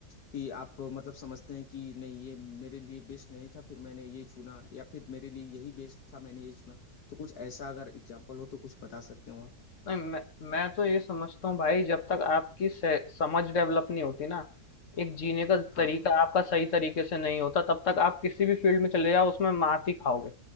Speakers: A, on the left; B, on the left.
A: कि आप मतलब समझते हैं कि नहीं ये मेरे लिए बेस्ट नहीं था फिर मैंने ये चुना या फिर मेरे लिए यही बेस्ट था मैंने ये चुना तो कुछ ऐसा अगर एग्जाम्पल हो तो कुछ बता सकते हो आप
B: नहीं मैं मैं तो ये समझता हूँ भाई जब तक आपकी से- समझ डेवलप नहीं होती ना एक जीने का तरीका
A: हाँ
B: आपका सही तरीके से नहीं होता तब तक आप किसी भी फील्ड में चले जाओ उसमें मात ही खाओगे